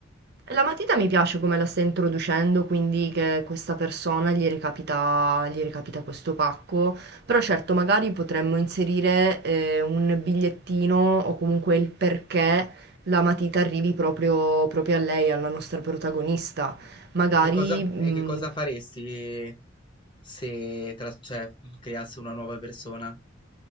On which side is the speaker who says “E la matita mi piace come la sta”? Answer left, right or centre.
Right